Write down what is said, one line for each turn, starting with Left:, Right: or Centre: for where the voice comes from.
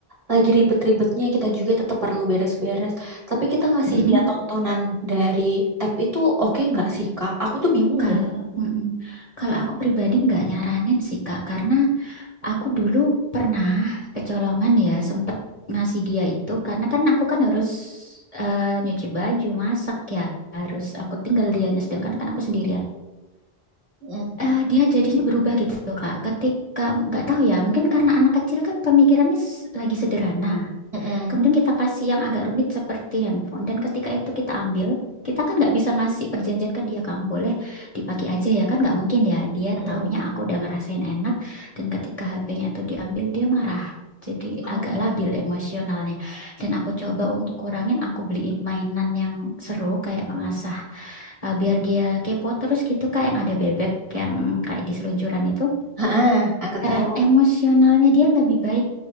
Right: lagi ribet-ribetnya kita juga tetap perlu beres-beres. Tapi kita ngasih
Left: Mm-mm.
Right: dia tontonan dari tab itu oke nggak sih Kak? Aku tuh bingung
Left: Kalau
Right: loh.
Left: mm-mm. Kalau aku pribadi nggak nyaranin sih Kak, karena aku dulu pernah kecolongan ya, sempet ngasih dia itu karena kan aku kan harus eh, nyuci baju, masak ya, harus aku tinggal dianya sedangkan kan aku sendirian.
Right: Mm,
Left: eh, dia jadinya berubah gitu Kak. Ketika nggak tahu ya, mungkin karena anak kecil kan pemikirannya s- lagi sederhana.
Right: mm, mm,
Left: Kemudian kita kasih yang agak rumit seperti handphone. Dan ketika itu kita ambil, kita kan nggak bisa ngasih perjanjian ke dia. Kamu boleh dipakai aja ya kan? Nggak mungkin ya. Dia
Right: mm.
Left: taunya aku udah ngerasain enak. Dan ketika HP-nya itu diambil, dia marah. Jadi
Right: Oh,
Left: agak labil emosionalnya. Dan aku coba untuk kurangin, aku beliin mainan yang seru kayak mengasah. Eh, biar dia kepo terus gitu kak yang ada bebek yang kayak di seluncuran itu.
Right: ah aku tahu.
Left: Dan emosionalnya dia lebih baik